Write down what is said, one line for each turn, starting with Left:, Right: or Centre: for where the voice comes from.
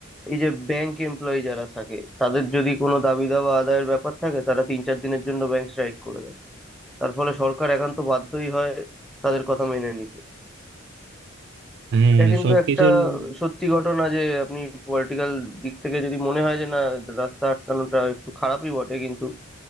Centre: এই যে ব্যাংক এমপ্লয়ি যারা থাকে তাদের যদি কোনো দাবি দাওয়া আদায়ের ব্যাপার থাকে তারা তিন চার দিনের জন্য ব্যাংক স্ট্রাইক করে দেয় তার ফলে সরকার একান্ত বাধ্যই হয় তাদের কথা মেনে নিতে
Right: হ্যাঁ
Centre: এটা কিন্তু
Right: সবকিছুর
Centre: একটা
Right: মূল
Centre: সত্যি ঘটনা যে আপনি পলিটিক্যাল দিক থেকে যদি মনে হয় যে না রাস্তা আটকানোটা একটু খারাপই বটে কিন্তু